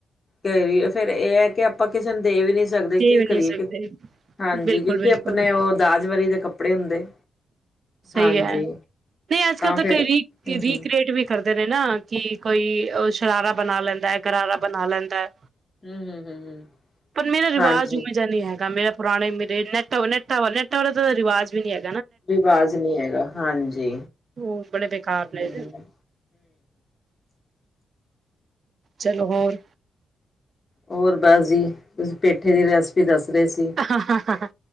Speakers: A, on the left; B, on the right.
A: ਏ ਫ਼ੇਰ ਇਹ ਐ ਕਿ ਆਪਾਂ ਕਿਸੇ ਨੂੰ ਦੇ ਵੀ ਨੀ ਸਕਦੇ ਕੀ
B: ਦੇ ਵੀ
A: ਕਰੀਏ
B: ਨਹੀਂ ਸਕਦੇ
A: ਹਾਂਜੀ
B: ਬਿਲਕੁਲ
A: ਕਿਉਂਕਿ
B: ਬਿਲਕੁਲ
A: ਆਪਣੇ ਉਹ ਦਾਜ ਵਰੀ ਦੇ ਕੱਪੜੇ ਹੁੰਦੇ।
B: ਸਈ
A: ਹਾਂਜੀ
B: ਐ, ਨਹੀਂ ਅੱਜ ਕੱਲ ਤਾਂ
A: ਫਿਰ
B: ਕਈ
A: ਹੂੰ
B: ਰਿ ਰਿਕ੍ਰੇਟ
A: ਹੂੰ
B: ਵੀ ਕਰਦੇ ਨੇ ਨਾ ਕਿ ਕੋਈ ਸ਼ਰਾਰਾ ਬਣਾ ਲੈਂਦਾ ਗ਼ਰਾਰਾ ਬਣਾ ਲੈਂਦਾ।
A: ਹੂੰ ਹੂੰ ਹੂੰ ਹੂੰ
B: ਪਰ ਮੇਰਾ ਰਿਵਾਜ
A: ਹਾਂਜੀ
B: ਉਵੇਂ ਜਾ ਨੀ ਹੈਗਾ ਮੇਰਾ। ਪੁਰਾਣੇ ਮੇਰੇ ਨੈਟ ਨੈਟ ਨੈਟਾਂ ਵਾਲੇ ਤਾਂ ਰਿਵਾਜ਼ ਵੀ ਨੀ ਹੈ।
A: ਰਿਵਾਜ਼ ਨੀ ਹੈਗਾ ਹਾਂਜੀ
B: ਉਹ ਬੜੇ ਬੇਕਾਰ ਨੇ,
A: ਹੂੰ,
B: ਚਲੋ ਹੋਰ
A: ਹੋਰ ਬਸ ਜੀ ਤੁਸੀਂ ਪੇਠੇ ਦੀ ਰੈਸਪੀ ਦੱਸ ਰਹੇ ਸੀ।
B: ਹਾਂ,